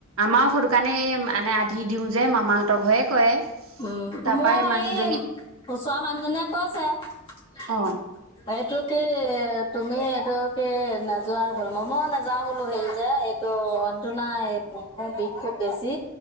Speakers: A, on the right (about 75°); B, on the left (about 25°).
A: আমাৰ সৰু কাৰণে, এই মানে আধি দিও যে, মামাহঁতৰ ঘৰে কৰে।
B: উম,
A: তাৰপা
B: মোৰ
A: এই মানুহজনী
B: হেৰি ওচৰৰ মানুহজনীয়ে কৈছে
A: অ'।
B: এইটো কি তুমি এইটো কি নোযোৱা বোলো মই মই নাযাও বোলো হেৰি যে ত মানুহটো নাই বিষ খুব বেছি